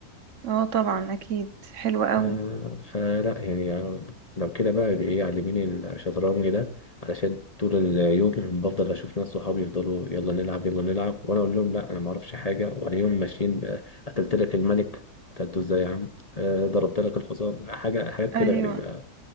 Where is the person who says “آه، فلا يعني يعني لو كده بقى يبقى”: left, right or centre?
Left